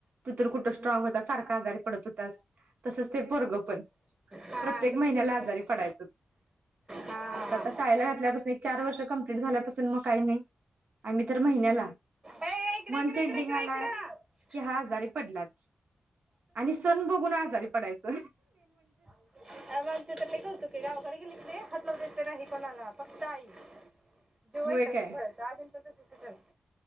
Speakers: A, on the right (about 65°); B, on the right (about 25°).
A: तू तर कुठे स्ट्रॉंग होता सरकार आजारी तसेच ते पोरगं पण
B: हा
A: प्रत्येक
B: तसच
A: महिन्याला
B: असत
A: आजारी पडायचं
B: हा
A: आता तर शाळेला घातल्यापासून चार वर्ष कम्पलेट झाल्यापासून मग, आम्ही तर महिन्याला
B: ए इकडे
A: मंथएंडिंग
B: इकडे इकडे इकडे
A: आला
B: इकडं
A: हा आजारी पडलाच आणि सण बघून आजारी पडायचा
B: आ आमचा तर लय कौतुक आहे गावाकडे इथे हात लावून देत नाही कुणाला फक्त आई जीव
A: होय
B: वैतागून
A: काय
B: सोडायचा अजून तसंच तिथं य